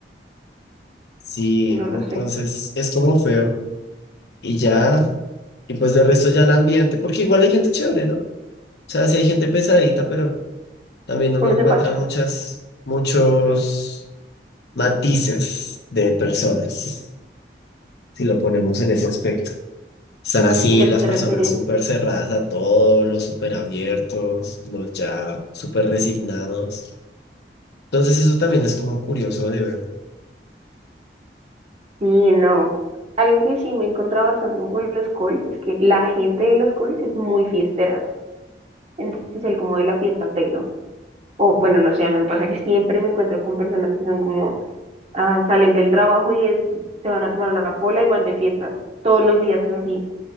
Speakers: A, on the left (about 70°); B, on the right (about 35°).
A: Sí,
B: no lo
A: entonces
B: sé.
A: es como feo. y ya, y pues de resto ya el ambiente, porque igual hay gente chévere, ¿no? O sea, sí hay gente pesadita, pero también uno
B: Uno
A: encuentra
B: se parcha.
A: muchas, muchos matices de personas, si lo ponemos en ese aspecto. Están así
B: ¿A qué te
A: las personas
B: refieres?
A: súper cerradas a todo, los súper abiertos, los ya súper resignados. Entonces eso también es como curioso de ver
B: Sí, no. Algo que sí me he encontrado bastante como con los calls es que la gente de los calls es muy fiestera, en especial como de la fiesta tecno. O bueno, no sé, a mí me pasa que siempre me encuentro con personas que son como, ah, salen del trabajo y es- se van a tomar una pola y van de fiesta. Todos los días es así,